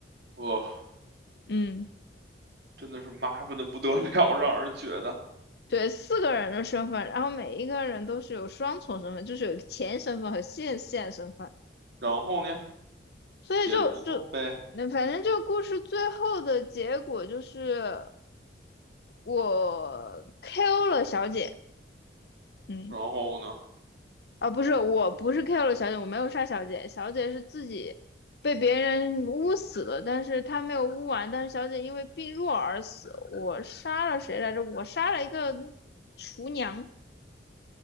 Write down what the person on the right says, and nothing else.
哇，
真的是麻烦的不得了，<laughs> 让人觉得。
然后呢，
接着说呗。
然后呢，